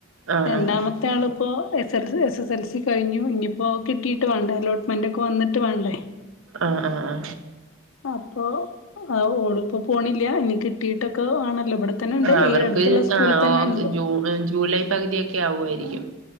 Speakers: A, on the right; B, on the left.
A: ആഹ്
B: രണ്ടാമത്തെ
A: ആഹ്
B: ആളിപ്പോ A A S S L C കഴിഞ്ഞു ഇനിയിപ്പോ കിട്ടിട്ട്- വേണ്ട അലോ്മെന്റ് ഒക്കെ വന്നട്ട് വേണ്ടേ
A: ആആ ആ
B: അപ്പൊ ആ ഓളിപ്പോ പോണില്ല ഇനി കിട്ടിയിട്ടൊക്കെ ആണല്ലോ ഇവിടെ തന്നെ ഉണ്ട്
A: ആ അവർക്ക്
B: ഈ അടുത്തുള്ള സ്കൂളിൽ
A: ആഓ
B: തന്നെ ഉണ്ട്
A: ജൂലൈ പകുതിയക്കെ ആവായിരുന്നു രിക്കും